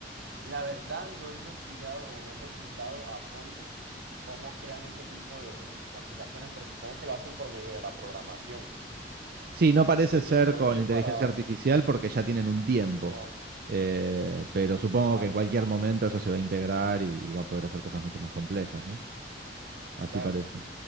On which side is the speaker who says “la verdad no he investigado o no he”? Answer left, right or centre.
Right